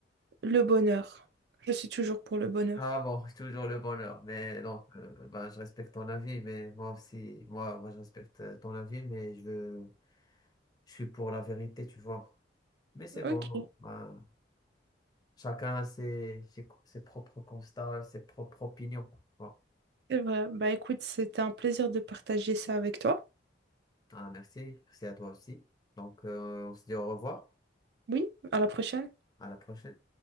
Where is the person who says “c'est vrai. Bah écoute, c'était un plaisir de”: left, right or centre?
Right